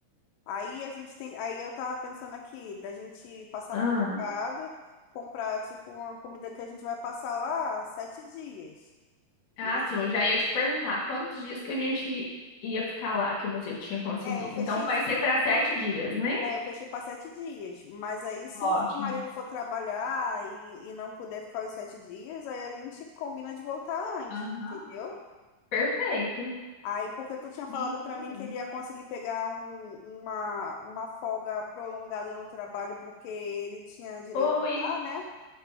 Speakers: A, on the left; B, on the left.
A: Aí a gente tem, aí eu tava pensando aqui da gente passar
B: Ah,
A: no mercado, comprar tipo uma comida que a gente vai passar lá sete dias,
B: ah,
A: né?
B: sim, eu já ia te perguntar quantos dias que a gente ia ficar lá que você tinha conseguido.
A: É, eu fechei
B: Então vai ser para sete dias, né?
A: É, eu fechei para sete dias. Mas aí, se
B: Ótimo.
A: o seu marido for trabalhar e, e não puder ficar os sete dias, aí a gente combina de voltar antes,
B: Aham.
A: entendeu?
B: Perfeito.
A: Aí, porque tu tinha falado
B: Sim,
A: para
B: tudo
A: mim
B: bem.
A: que ele ia conseguir pegar um- uma, uma folga prolongada no trabalho, porque ele tinha direito
B: Foi.
A: lá, né?